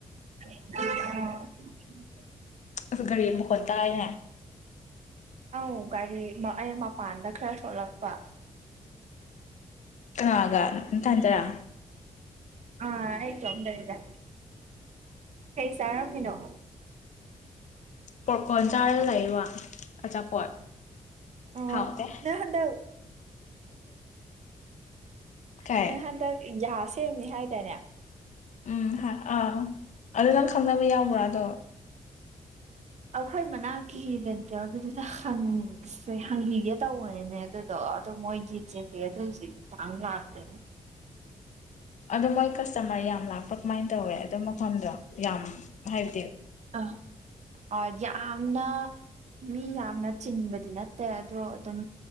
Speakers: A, on the right (about 60°); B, on the left (about 65°).
A: ꯑꯣ
B: ꯑ ꯒꯥꯔꯤ ꯃꯈꯣꯟ ꯇꯥꯏꯅꯦ
A: ꯑꯧ ꯒꯥꯔꯤ ꯑꯩ ꯃꯄꯥꯟꯗ ꯈꯔ ꯊꯣꯛꯂꯛꯄ
B: ꯀꯅꯥꯒ ꯅꯊꯟꯇꯔꯥ
A: ꯑꯥ ꯑꯩ ꯏꯇꯣꯝ ꯇꯥꯅꯤꯗꯥ ꯀꯩ ꯆꯥꯔꯝꯃꯤꯅꯣ
B: ꯄꯣꯞꯀꯣꯟ ꯆꯥꯔ ꯂꯩꯕ ꯑꯆꯥꯄꯣꯠ
A: ꯑꯣ
B: ꯍꯥꯎꯇꯦ
A: ꯅꯣꯏ ꯍꯟꯗꯛ
B: ꯀꯥꯏ
A: ꯅꯪ ꯍꯟꯗꯛ ꯌꯥꯁꯤ ꯁꯦꯝꯅꯤ ꯍꯥꯏꯇꯥꯅꯦ
B: ꯎꯝ ꯑꯥ ꯑꯗꯨ ꯅꯪ ꯈꯅꯕ ꯌꯥꯎꯕ꯭ꯔꯥ ꯗꯣ
A: ꯑꯩꯈꯣꯏ ꯃꯅꯥꯛꯀꯤ ꯗꯦꯟꯇꯦꯜꯒꯤꯗꯨꯗ ꯍꯪꯁꯦ ꯍꯪꯕꯤꯒꯦ ꯇꯧꯕꯅꯤꯅꯦ ꯑꯗꯨꯗꯣ ꯑꯗꯨꯗꯣ ꯃꯣꯏꯒꯤ ꯆꯦꯁꯦ ꯑꯗꯨꯁꯨ ꯍꯧꯖꯤꯛ ꯄꯥꯛꯅꯂꯥꯛꯗꯦꯅꯦ
B: ꯑꯗꯣ ꯃꯣꯏ ꯀꯁꯇꯃꯔ ꯌꯥꯝ ꯂꯥꯛꯄ ꯀꯃꯥꯏꯅ ꯇꯧꯋꯦ ꯑꯗꯨ ꯃꯐꯝꯗꯣ ꯌꯥꯝ ꯍꯥꯏꯕꯗꯤ
A: ꯑ ꯑ ꯌꯥꯝꯅ ꯃꯤ ꯌꯥꯝꯅ ꯆꯤꯟꯕꯗꯤ ꯅꯠꯇꯦ ꯑꯗꯣ ꯑꯗꯨꯝ